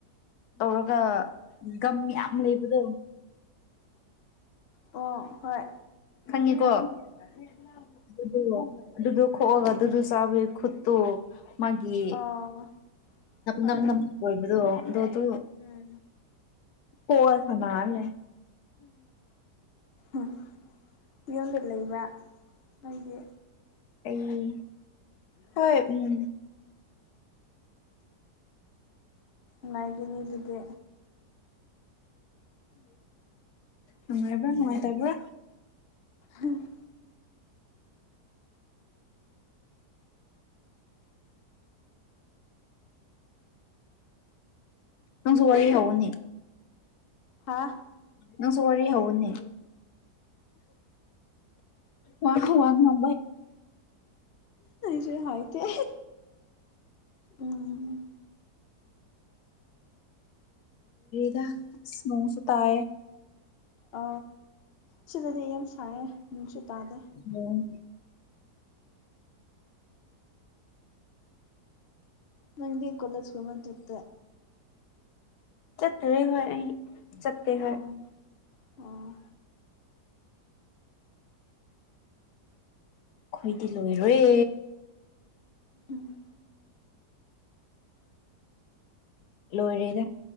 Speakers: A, on the left (about 70°); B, on the left (about 55°).
A: ꯇꯧꯔꯒ ꯒꯝ ꯌꯥꯝ ꯂꯩꯕꯗꯣ
B: ꯑꯣ ꯍꯣꯏ
A: ꯈꯪꯉꯤꯀꯣ ꯑꯣ ꯑꯗꯨꯗꯣ ꯈꯣꯛꯑꯒ ꯑꯗꯨꯗꯣ ꯆꯥꯕꯩ ꯈꯨꯠꯇꯨ ꯃꯥꯒꯤ
B: ꯑꯣ ꯍꯣꯏ
A: ꯅꯝ ꯅ ꯑꯣꯏꯣꯏꯕꯗꯣ ꯑꯗꯨꯣ ꯑꯗꯨ
B: ꯎꯝ
A: ꯄꯣꯋꯥ ꯁꯅꯥꯂꯦꯝ
B: ꯎꯝ ꯌꯣꯟꯗ ꯂꯩꯕ ꯑꯩꯣꯏꯗꯤ
A: ꯑꯩ ꯍꯣꯏ ꯎꯝ
B: ꯎꯝꯉꯥꯏꯒꯤꯅꯤ ꯑꯗꯨꯗꯤ
A: ꯗꯗꯥꯏꯕ ꯃꯣꯏ ꯇꯔꯕ
B: ꯎꯝ
A: ꯅꯪꯁꯨ ꯋꯥꯔꯤ ꯍꯧꯅꯤ
B: ꯍꯥꯥ
A: ꯅꯪꯁꯨ ꯋꯥꯔꯤ ꯍꯎꯅꯤ ꯋꯥꯉꯣ ꯋꯥꯉꯑꯣ
B: ꯁꯨ ꯍ ꯇ ꯎꯝ
A: ꯗ ꯁꯨꯁꯨꯇꯥꯌꯦ
B: ꯑ ꯁꯤꯗꯗꯤ ꯑꯩ ꯌꯥꯝ ꯁꯥꯏꯌꯦ ꯅꯅꯨꯡꯁꯨ ꯇꯥꯗꯦ
A: ꯑꯣꯝ
B: ꯅꯪꯗꯤ ꯀꯣꯂꯦꯖ ꯀꯨꯃ ꯇꯠꯇꯦ
A: ꯆꯠꯇꯔꯦ ꯍꯣꯏ ꯑ ꯆꯠꯇꯦ ꯍꯣꯏ
B: ꯑꯣ ꯑꯣ
A: ꯑꯩꯈꯣꯏꯗꯤ ꯂꯣꯏꯔꯦ
B: ꯎꯝ
A: ꯂꯣꯏꯔꯦꯗ